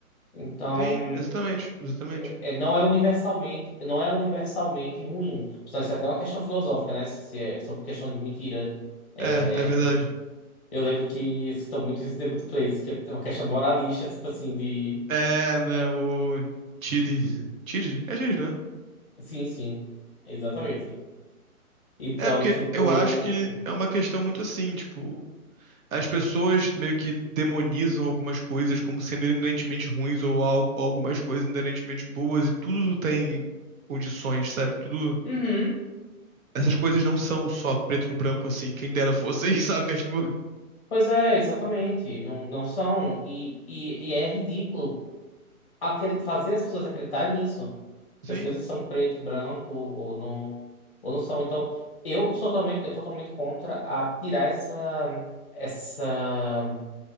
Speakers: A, on the left (about 40°); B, on the right (about 65°).
A: Então
B: Sim, exatamente, exatamente.
A: é- é- não é universalmente, não é universalmente ruim. Só Isso é até uma questão filosófica, né? Se é sobre questão de mentira. É,
B: É, é verdade.
A: eu lembro que citam muito isso em The Good Place, que é uma questão de moralista, tipo assim, de.
B: É, né, o Tid. Tid? É Tid, né?
A: Sim, sim. Exatamente. Então,
B: É, porque
A: tipo.
B: eu acho que é uma questão muito assim, tipo, as pessoas meio que demonizam algumas coisas como sendo inerentemente ruins ou algo, algumas coisas inerentemente boas e tudo tem condições, sabe? Tudo.
A: Uhum.
B: Essas coisas não são só preto no branco assim, quem dera fosse, <laughs> sabe? É tipo,
A: Pois é, exatamente. Não, não são. E, e, e é ridículo. acre- fazer as pessoas acreditarem nisso.
B: sim,
A: Que as coisas são preto e branco, ou não, ou não são. Então, eu sou totalmente, eu tô totalmente contra a tirar essa. Essa.